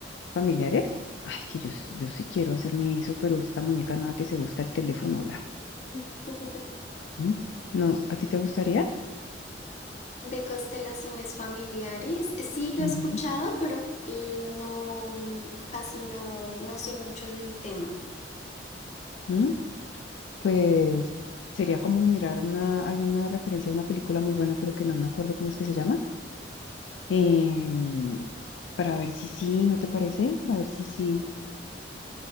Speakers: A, on the left; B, on the left.
A: familiares. Ay, que yo, s- yo sí quiero hacerme eso, pero esta muñeca nada que se busca el teléfono, la.
B: <laughs>
A: ¿Mm? No, ¿a ti te gustaría?
B: De constelaciones familiares, sí lo
A: Ujú.
B: he escuchado, pero mm, no, casi no, no sé mucho del tema.
A: ¿Mm? Pues sería como mirar una, hay una referencia a una película muy buena, pero que no me acuerdo cómo es que se llama. em, para ver si sí, ¿no te parece? Para ver si sí.